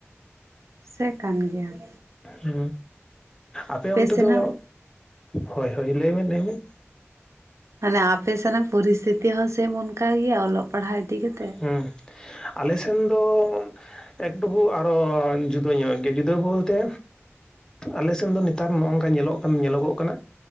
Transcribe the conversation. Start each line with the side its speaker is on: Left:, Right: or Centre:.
Right: ᱥᱮ ᱠᱟᱱ ᱜᱮᱭᱟ ᱾
Left: ᱦᱮ ᱟᱯᱮ ᱚᱱᱛᱮ
Right: ᱥᱮᱱᱟᱜ
Left: ᱫᱚ ᱦᱳᱭ ᱦᱳᱭ ᱞᱟᱹᱭᱢ ᱞᱟᱹᱭᱢᱮ ᱾
Right: ᱢᱟᱱᱮ ᱟᱯᱮᱥᱮᱱ ᱨᱮᱱᱟᱜ ᱯᱚᱨᱤᱥᱛᱷᱤᱛᱤ ᱦᱚᱸ ᱥᱮᱢ ᱚᱱᱠᱟ ᱜᱮᱭᱟ ᱚᱞᱚᱜ ᱯᱟᱲᱦᱟ ᱤᱫᱤ ᱠᱟᱛᱮᱜ
Left: ᱦᱮᱸ ᱟᱞᱮ ᱥᱮᱱ ᱫᱚ ᱮᱠᱴᱩᱠᱩ ᱟᱨᱚ ᱡᱩᱫᱟᱹ ᱧᱚᱜ ᱜᱮᱭᱟ, ᱡᱩᱫᱟᱹ ᱵᱚᱞᱛᱮ ᱟᱞᱮ ᱥᱮᱱ ᱫᱚ ᱱᱮᱛᱟᱨ ᱱᱚᱜᱼ ᱱᱚᱝᱠᱟ ᱧᱮᱞᱚᱜ ᱠᱟᱱ ᱧᱮᱞᱚᱜᱚᱜ ᱠᱟᱱᱟ